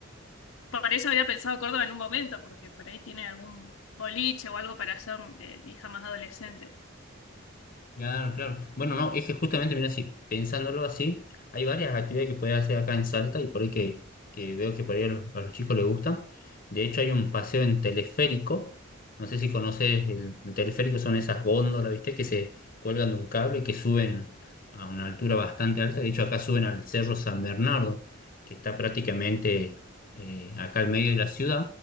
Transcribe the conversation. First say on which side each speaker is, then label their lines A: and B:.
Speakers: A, on the left (about 75°); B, on the left (about 45°).
A: Por eso había pensado Córdoba en un momento, porque por ahí tiene algún boliche o algo para hacer eh, mi hija más adolescente.
B: Claro, claro. Bueno, no, es que justamente, mira, si pensándolo así, hay varias actividades que podés hacer acá en Salta y por ahí que, que veo que por ahí a los, a los chicos les gusta. De hecho, hay un paseo en teleférico. No sé si conoces el, el teleférico, son esas góndolas, ¿viste? Que se cuelgan de un cable y que suben a una altura bastante alta. De hecho, acá suben al Cerro San Bernardo, que está prácticamente eh, acá al medio de la ciudad